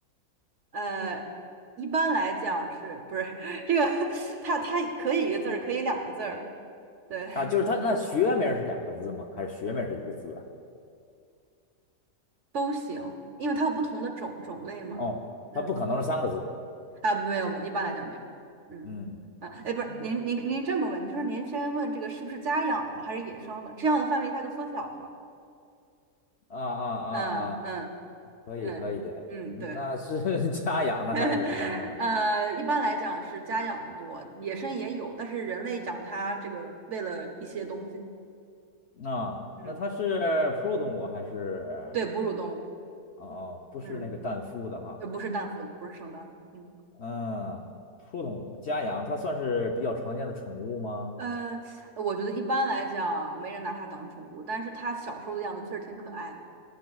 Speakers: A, on the right (about 55°); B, on the left (about 55°).
A: 呃，一般来讲是不是 <laughs> 这个 <laughs> 它它可以一个字儿，可以两个字儿，对，
B: 啊，就是它那学名是两个字吗？还是学名是一个字啊？
A: 都行，因为它有不同的种种类嘛。
B: 哦，
A: 嗯。
B: 它不可能是三个字。
A: 啊，没有没有，一般来讲没有。嗯，
B: 嗯
A: 啊，哎，不是，
B: 嗯，
A: 您您您这么问，就是您先问这个是不是家养的还是野生的，这样的范围一下就缩小了。
B: 啊啊啊啊，
A: 嗯嗯
B: 可以可以，
A: 嗯嗯，
B: 嗯那是
A: 对，
B: <laughs> 家养的还是野生的呢？
A: <laughs> 呃，一般来讲是家养的多，野生也有，但是人类养它这个为了一些东西，
B: 啊，那它是哺乳动物还是？
A: 嗯，对，哺乳动物，
B: 哦哦，不是那个蛋孵的哈。
A: 嗯，呃，不是蛋孵的，不是生蛋的，嗯。
B: 嗯，普动物家养，它算是比较常见的宠物吗？
A: 呃，我觉得一般来讲没人拿它当宠物，但是它小时候的样子确实挺可爱的。